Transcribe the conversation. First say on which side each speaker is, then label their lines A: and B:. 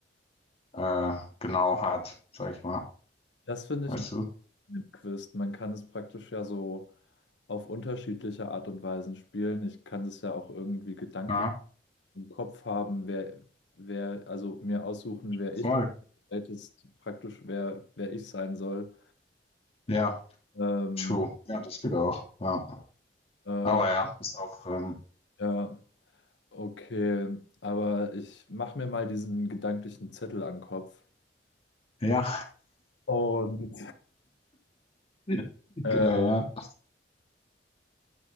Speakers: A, on the left; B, on the left.
A: äh, genau hat, sag ich mal.
B: Das finde
A: Weißt
B: ich in
A: du?
B: dem Quiz. Man kann es praktisch ja so auf unterschiedliche Art und Weisen spielen. Ich kann es ja auch irgendwie gedanklich
A: Ja,
B: im Kopf haben, wer, wer, also mir aussuchen, wer ich
A: voll.
B: bin. Ältest praktisch, wer, wer ich sein soll.
A: Ja,
B: Ähm,
A: true. Ja, das geht auch. Ja.
B: äh,
A: Aber ja, ist auch. Ähm,
B: ja, okay. Aber ich mache mir mal diesen gedanklichen Zettel an den Kopf.
A: Ja,
B: Und
A: <laughs> geil,
B: <laughs>
A: ja.